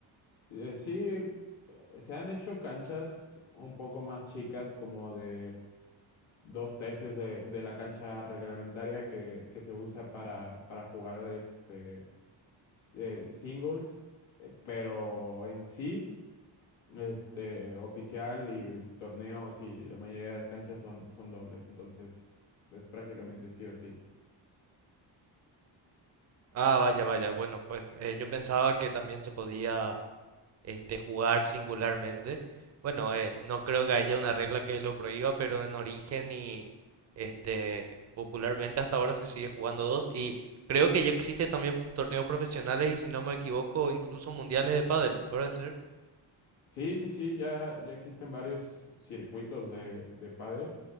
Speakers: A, on the left; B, on the right.
A: Eh, sí, eh, se han hecho canchas un poco más chicas, como de dos tercios de, de la cancha reglamentaria que, que se usa para, para jugar este, eh, singles, eh, pero en sí, este, oficial y torneos y la mayoría de las canchas son, son dobles, entonces, pues prácticamente sí o sí.
B: Ah, vaya, vaya. Bueno, pues eh, yo pensaba que también se podía este, jugar singularmente. Bueno, eh, no creo que haya una regla que lo prohíba, pero en origen y este, popularmente hasta ahora se sigue jugando dos. Y creo que ya existe también torneos profesionales y si no me equivoco, incluso mundiales de pádel, ¿puede ser?
A: Sí, sí, sí, ya, ya existen varios circuitos de, de pádel.